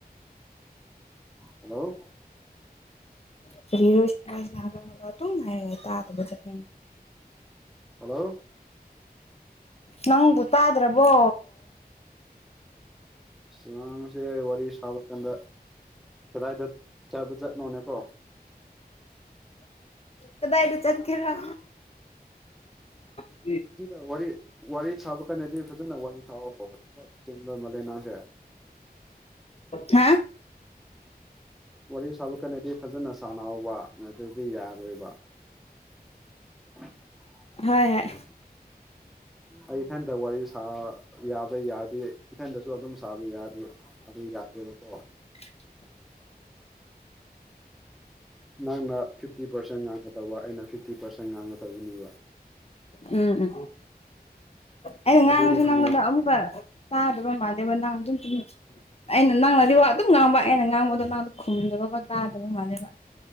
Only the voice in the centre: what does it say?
ꯍꯜꯂꯣ
ꯍꯜꯂꯣ
ꯅꯪꯁꯦ ꯋꯥꯔꯤ ꯁꯥꯕ ꯀꯥꯟꯗ ꯀꯗꯥꯏꯗ ꯆꯥꯕ ꯆꯠꯅꯣꯅꯦꯀꯣ
ꯁꯤꯗ ꯋꯥꯔꯤ ꯋꯥꯔꯤ ꯁꯥꯕ ꯀꯥꯟꯟꯅꯗꯤ ꯐꯖꯅ ꯋꯥꯔꯤ ꯁꯥꯎꯕ ꯊꯕꯛ ꯆꯤꯟꯕ ꯃꯥꯜꯂꯦ ꯅꯡꯁꯦ
ꯋꯥꯔꯤ ꯁꯥꯕꯀꯥꯟꯗꯗꯤ ꯐꯖꯅ ꯁꯥꯟꯅꯍꯧꯕ ꯅꯠꯇ꯭ꯔꯗꯤ ꯌꯥꯔꯣꯏꯕ <inaudible>
ꯑꯩ ꯏꯊꯟꯇ ꯋꯥꯔꯤ ꯁꯥ ꯌꯥꯕ ꯌꯥꯔꯗꯤ ꯏꯊꯟꯗꯁꯨ ꯑꯗꯨꯝ ꯁꯥꯕ ꯌꯥꯗꯦ ꯑꯗꯨ ꯌꯥꯗꯦꯕꯀꯣ
ꯅꯪꯅ ꯐꯤꯐꯇꯤ ꯄꯥꯔꯁꯦꯟ ꯉꯥꯡꯒ ꯇꯧꯕ ꯑꯩꯅ ꯐꯤꯐꯇꯤ ꯄꯥꯔꯁꯦꯟ ꯉꯥꯡꯒ ꯇꯧꯕꯅꯦꯕ
ꯑꯗꯨꯗꯤ ꯈꯪꯕ
ꯅꯠꯇ꯭ꯔꯣ